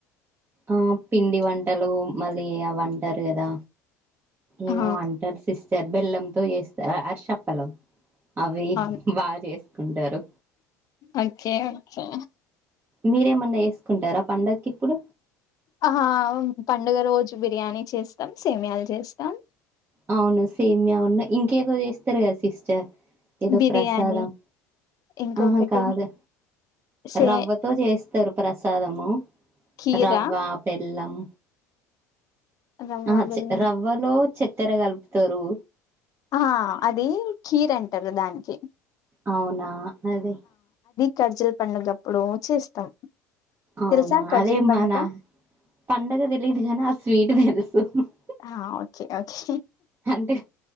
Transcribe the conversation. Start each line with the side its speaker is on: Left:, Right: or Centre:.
Right: ఆ పిండి వంటలు మళ్ళీ అవి అంటారు గదా ఏమో
Left: ఆ
Right: అంటారు సిస్ స్తార్ బెల్లంతో చేస్తారు అరిసి అప్పలు అవి
Left: అవును
Right: బాగా చేస్ కుంటారు
Left: ఓకే ఓకే
Right: మీరేమన్నా ఏసుకుంటారా పండక్కి ఇప్పుడు
Left: అహా అవును పండుగ రోజు బిర్యానీ చేస్తాం సేమియాలు చేస్తాం
Right: అవును సేమ్యా వున్నాయ్ ఇంకేదో చేస్తారు కదా సిస్టర్ ఏదో
Left: బిర్యానీ
Right: ప్రసాదం
Left: ఇంకొకటి
Right: ఆహా కాదు
Left: సే
Right: రవ్వతో చేస్తారు ప్రసాదము
Left: కీరా
Right: రవ్వ పెల్లం
Left: రవ్వ
Right: అహా
Left: బిర్యానీ
Right: చే రవ్వలో చెక్కెర కలుపుతరు
Left: ఆహ అది కీర్ అంటారు దానికి
Right: అవునా అదే
Left: ఖర్జులు పండుగప్పుడు చేస్తాం
Right: అవునా
Left: తెలుసా కర్జల్
Right: అదే మా
Left: పండుగ
Right: నా పండగ తెలీదు గానీ ఆ స్వీట్ తెలుసు <unintelligible>
Left: అహ ఓకే ఓకే
Right: అంటే